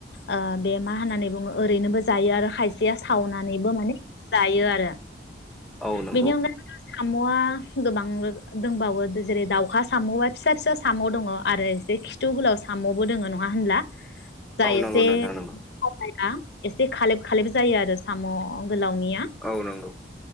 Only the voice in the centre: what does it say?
औ नंगौ
औ
नंगौ नोंथां
नंगौ
औ नंगौ